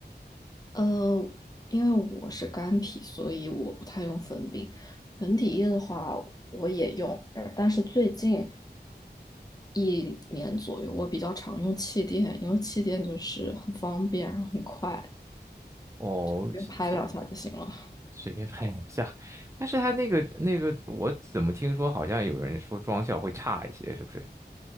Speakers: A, on the left; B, on the right.
A: 呃，因为我是干皮，所以我不太用粉饼。粉底液的话，我也用，呃但是最近一年左右，我比较常用气垫，因为气垫就是很方便，然后很快，
B: 哦，
A: 随便拍两下就行了。
B: 这随便拍两下，<laughs> 但是它那个那个，我怎么听说好像有人说妆效会差一些，是不是？